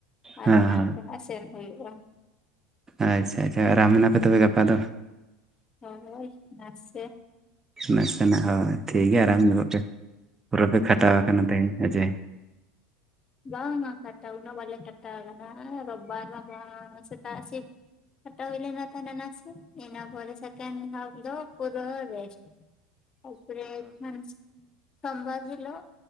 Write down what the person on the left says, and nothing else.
ᱟᱨ
ᱢᱮᱭᱟᱝ ᱠᱷᱚᱱᱟᱜ ᱥᱮᱱ ᱦᱩᱭᱩᱜᱼᱟ ᱾
ᱦᱳᱭ-ᱦᱳᱭ, ᱱᱟᱮ ᱾
ᱦᱳᱭ
ᱵᱟᱝ ᱵᱟᱝ ᱠᱟᱴᱟᱣᱱᱟ ᱵᱚᱞᱮ ᱠᱟᱴᱟᱣ ᱠᱟᱱᱟ ᱠᱟᱱᱟ ᱨᱵᱟ ᱨᱵᱟ ᱥᱤᱛᱟᱜ ᱥᱮᱜ ᱠᱷᱴᱟ ᱦᱩᱭ ᱞᱮᱱᱟ ᱛᱟᱦᱚᱞᱮ ᱱᱟᱥᱮ ᱤᱱᱟᱹ ᱯᱚᱨᱮ ᱥᱮᱠᱮᱱᱰ ᱫᱚ ᱯᱩᱨᱟᱹ ᱨᱤᱥᱴ <unintelligible> ᱥᱳᱢᱵᱟᱨ ᱦᱤᱞᱟᱜ